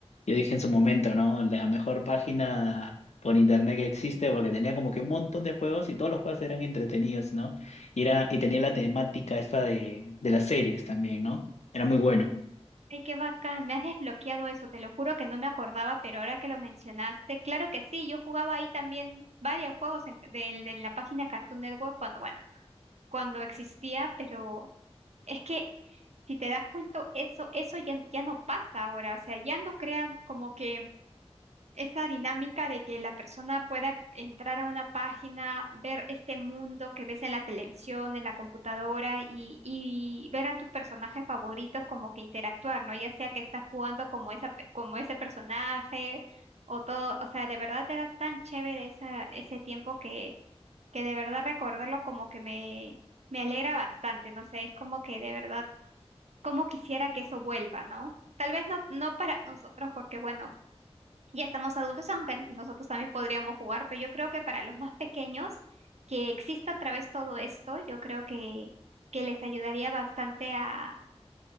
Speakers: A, on the left; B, on the right.
A: yo dije en su momento, ¿no? La mejor página por internet que existe porque tenía como que un montón de juegos y todos los juegos eran entretenidos, ¿no? Y, era, y tenía la temática esta de, de las series también, ¿no? Era muy bueno.
B: Ay, qué bacán. Me has desbloqueado eso. Te lo juro que no me acordaba, pero ahora que lo mencionaste, claro que sí. Yo jugaba ahí también varios juegos en, del- de la página Cartoon Network cuando, bueno, cuando existía, pero es que si te das cuenta, eso, eso ya, ya no pasa ahora. O sea, ya no crean como que esa dinámica de que la persona pueda entrar a una página, ver este mundo que ves en la televisión, en la computadora y, y ver a tus personajes favoritos como que interactuar, ¿no? Ya sea que estás jugando como esa, pe- como ese personaje o todo, o sea, de verdad era tan chévere esa, ese tiempo que, que de verdad recordarlo como que me, me alegra bastante, no sé, es como que de verdad, como quisiera que eso vuelva, ¿no? Tal vez no, no para nosotros, porque bueno. Ya estamos adultos, aunque nosotros también podríamos jugar, pero yo creo que para los más pequeños, que exista otra vez todo esto, yo creo que, que les ayudaría bastante a,